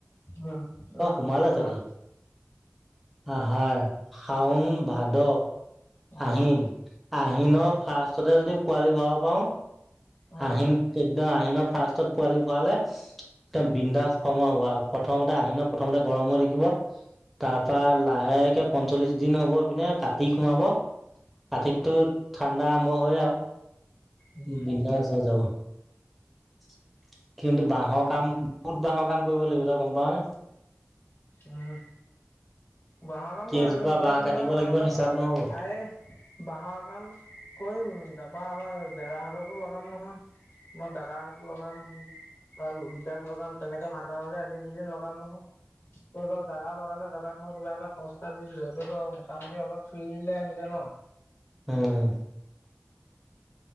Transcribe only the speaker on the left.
উম
নাই
হোৱা আহাৰ
অ', অ',
অ', উম,
উম,
অ',
উম,
আহ বাঁহৰ কাম
কৰিম আমি নিজে
কৰিম
নহয় বাঁহৰ
কাম,
আ'ৰে বাঁহৰ কাম কৰিম তাৰাপা আমাৰ ডেৰাহতকো লগাম নহয় মই দা'দা হেতলগাম বা লুহিত দা'ক লগাম, তেনেকে মাজে- মাজে এদিন দুদিন লগাম নহয়। তইত দা'দা লগালে দাদাক মই কিবা এটা সস্তাত দি'দিলো সেইটোতো মোটামুটি অলপ ফ্ৰীলে আহিলে ন?